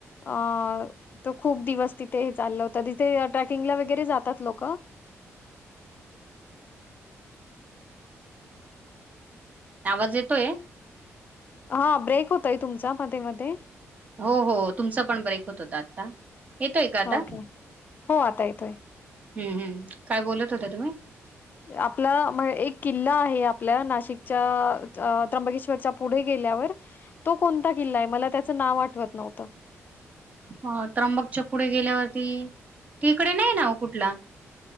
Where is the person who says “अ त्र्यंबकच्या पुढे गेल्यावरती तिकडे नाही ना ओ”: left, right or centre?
Right